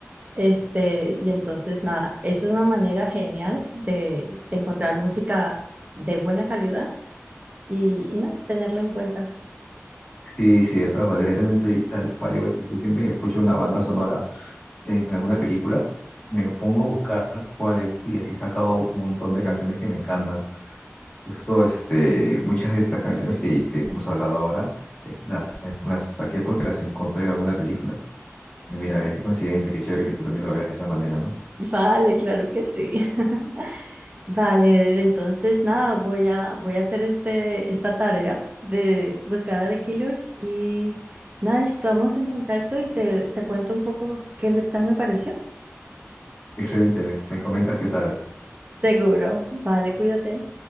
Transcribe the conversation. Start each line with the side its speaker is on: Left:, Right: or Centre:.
Right: Este, y entonces, nada, es una manera genial de, de encontrar música de buena calidad y, y nada, tenerla en cuenta.
Left: Sí, sí, de todas maneras, yo también soy tal cual, igual que tú, siempre que escucho una banda sonora en alguna película, me pongo a buscar cuál es, y así he sacado un montón de canciones que me encantan. Justo, este, muchas de estas canciones que, que hemos hablado ahora, eh, las, las saqué porque las encontré en alguna película. Y mira, ve, qué coincidencia, qué chévere que tú también lo veas de esa manera, ¿no?
Right: <laughs> Vale, claro que sí. <laughs> Vale, entonces nada, voy a, voy a hacer este, esta tarea de buscar a The Killers y nada, estamos en contacto y te, te cuento un poco qué me- tal me pareció.
Left: Excelente, me, me comentas qué tal.
Right: Seguro. Vale, cuídate.